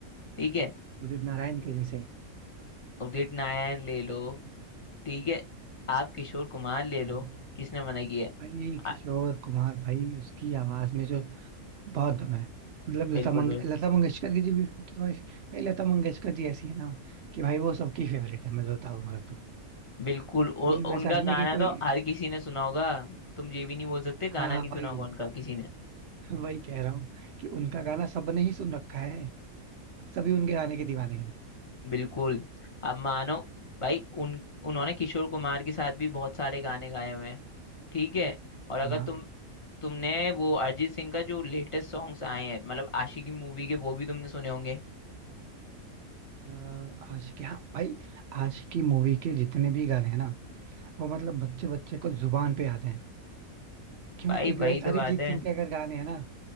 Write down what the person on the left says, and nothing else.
ठीक है
उदित नारायण ले लो ठीक है आप किशोर कुमार ले
लो किसने मना किया है?
आ,
बिल्कुल
बिल्कुल
बिल्कुल उ,
उनका
गाना
तो हर किसी ने सुना होगा तुम ये भी नहीं बोल सकते गाना
नहीं सुना
होगा उनका किसी ने
बिल्कुल अब मानो भाई उन उन्होंने किशोर कुमार के साथ भी बहुत सारे गाने गाए हुए हैं ठीक है और
अगर
तुम तुमने वो अरिजीत सिंह का जो लेटेस्ट सॉन्ग्स आए हैं मतलब आशिकी मूवी के वो भी तुमने सुने होंगे
भाई
वही
तो
बात है